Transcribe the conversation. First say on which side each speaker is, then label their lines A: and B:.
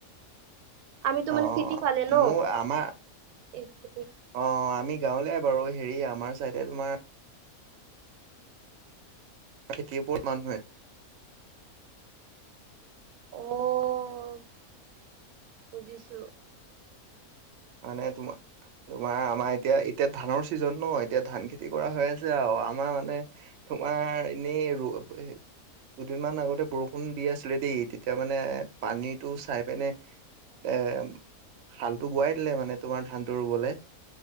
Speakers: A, on the right; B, on the right.
A: আমিতো
B: অ',
A: মানে চিটি ফালে ন
B: মোৰ আমাৰ
A: স্কুটি
B: অ', আমি গাৱলিয়াই বাৰু, হেৰি আমাৰ চাইডে তোমাৰ খেতিৰ ওপৰত মানুহে
A: অ', বুজিছো
B: মানে তোমা তোমাৰ আমাৰ এতিয়া এতিয়া ধানৰ ছিজন ন এতিয়া ধান খেতি কৰা হৈ আছে আউ আমাৰ মানে তোমাৰ এনেই ৰো প হে দুদিনমান আগতে বৰষুণ দি আছিলে দেই তেতিয়া মানে পানীটো চাই পিনে এ হাল টো বোৱাই দিলে মানে তোমাৰ ধানটো ৰুবলে